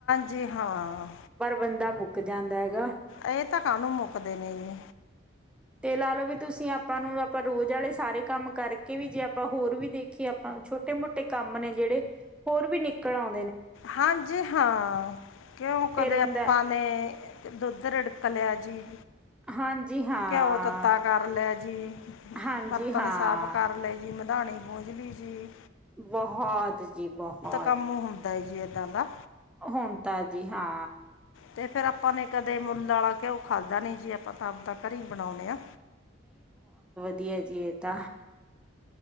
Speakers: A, on the left (about 85°); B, in the centre.
A: ਜੀ ਹਾਂ
B: ਪਰ ਬੰਦਾ ਮੁੱਕ ਜਾਂਦਾ ਹੈਗਾ
A: ਇਹ ਤਾਂ ਕਾਹਨੋ ਨੂੰ ਮੁੱਕਦੇ ਨੇ ਜੀ
B: ਤੇ ਲਾ ਲਓ ਵੀ ਤੁਸੀਂ ਆਪਾਂ ਨੂੰ ਆਪਾਂ ਰੋਜ਼ ਆਲੇ ਸਾਰੇ ਕੰਮ ਕਰਕੇ ਵੀ ਜੇ ਆਪਾਂ ਹੋਰ ਵੀ ਦੇਖੀਏ ਆਪਾਂ ਛੋਟੇ ਮੋਟੇ ਕੰਮ ਨੇ ਜਿਹੜੇ ਹੋਰ ਵੀ ਨਿਕਲ ਆਉਂ
A: ਹਾਂਜੀ ਹਾਂ ਕਿਉਂ ਕਦੇ
B: ਫੇਰ ਹੁੰਦਾ
A: ਆਪਾਂ ਨੇ ਦੁੱਧ ਰੜਕ ਲਿਆ ਜੀ
B: ਹਾਂਜੀ ਹਾਂ
A: ਘਿਓ ਤੱਤਾ ਕਰ ਲੈ ਜੀ,
B: ਹਾਂਜੀ
A: ਬਰਤਨ
B: ਹਾਂ
A: ਸਾਫ਼ ਕਰ ਲੈ ਜੀ ਮਬ ਦਾਣੇ ਪੂੰਝਲੀ ਜੀ
B: ਬਹੁਤ ਜੀ ਬਹੁਤ
A: ਕੰਮ ਹੁੰਦਾ ਜੀ ਏਦਾਂ ਦਾ
B: ਹੁਣ ਤਾ ਜੀ ਹਾਂ
A: ਤੇ ਫੇਰ ਆਪਾਂ ਨੇ ਕਦੇ ਮੁੰਲ ਆਲਾ ਘਿਉ ਖਾਧ ਨੀ ਜੀ ਆਪਾਂ ਤਾਂ ਆਪਦਾ ਘਰ ਹੀ ਬਣਾਉਣੇ ਆ।
B: ਦੀ ਏ ਜੀ ਏਦਾ